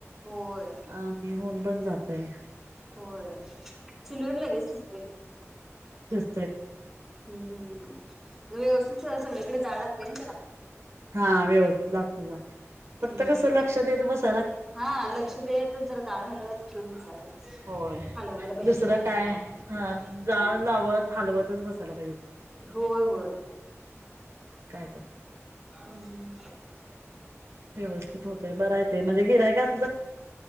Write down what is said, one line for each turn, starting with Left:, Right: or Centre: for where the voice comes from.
Centre: होय
Right: आणि होऊन पण जातय
Centre: होय चुलीवर लगेच शिजतंय.
Right: शिज
Centre: हम्म हम्म. व्यवस्थित जर सगळीकडे जाळ लाग तय नाही त्यला.
Right: हा व्यवस्थित लागतो जाळ, फक्त
Centre: हम्म
Right: कस लक्ष देत बस
Centre: हा लक्ष देतच जरा जाळ घालत बसायला लागतंय
Right: होय.
Centre: हालवायला पाहिजे
Right: दुसरं
Centre: जाळ
Right: काय
Centre: जरा
Right: हा जाळ
Centre: ह
Right: लावत हलवतच बसायला
Centre: होय होय.
Right: मग काय कर
Centre: हम <unintelligible>
Right: व्यवस्थित होतय बराय ते म्हणजे गिरायकास